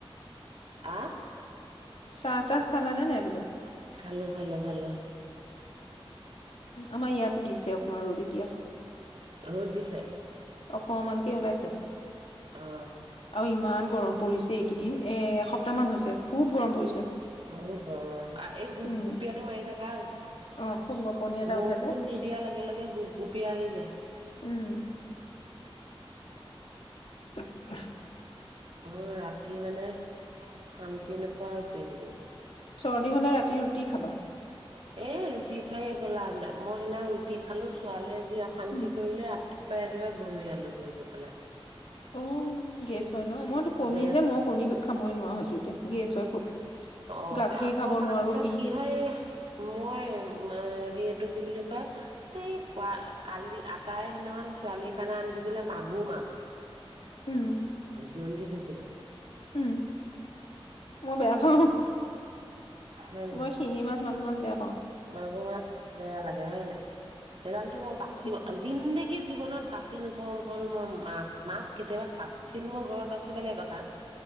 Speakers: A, on the right; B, on the left.
A: আ
B: চাহ তাহ খালানে নাই বোলো?
A: খালো খালো খালো।
B: আমাৰ ইয়াত দিছে অকণমান ৰ'দো এতিয়া
A: ৰ'দ দিছে
B: অকমানকে ওলাইছে
A: অ
B: আৰু ইমান গৰম পৰিছে এইকেইদিন এস বৰ্তমান হৈছে খুব গৰম পৰিছে।
A: বহুত গৰম আৰু এই গোপ
B: উম
A: গুপীয়াটো মাৰি থকা হৈছে বৰষুণ
B: অ খুব গপনি এটা উঠে যে।
A: নিদিয়াৰ লগে লগে গোপগুপিয় আহি যায়
B: উম <inaudible>
A: মোৰ ৰাতি মানে আতিন প হৈছে একেইদিন
B: চৰ্দি হ'লে ৰাতি ৰুটি খাবা
A: এ ৰুটি খাই গলা নে মই সেইদিনা ৰুটি খালো ছোৱালীয়ে, যি অশান্তি
B: উম,
A: কৰিলে ত পা ভূমিয়ালো গোগোপাল
B: অ' গেছ হয় ন মইতো কণী
A: গেছ
B: যে মই কণী খাবই নোৱাৰা হৈছো এতিয়া গেছ হয় খুব
A: অ'
B: গাখীৰ
A: আকৌ
B: খাব
A: তাৰপিছত
B: নোৱাৰো পি
A: কি হয় এই মই হ এইটো কি বুলি কয় এই খোৱা কালি আটাই সিদিনাখন ছোৱালীৰ কাৰণে আন্ধছিলে মাগুৰ মাছ
B: উম।
A: জিনধিত আছিলো
B: উম মই বেয়া পাও
A: হয় নাই?
B: মই শিঙি মাছ মাগুৰ মাছ বেয়া পা
A: মাগুৰ মাছ বেয়া লাগে হে ন। সেইডালতো মই বাচিব,
B: অ
A: জিন্দেগী জীৱনত বাচি নপম হ'ল মই মাছ। মাছ কেতিয়াবা কাৎচিৎ মই ঘৰত বেছি পেলাই কটা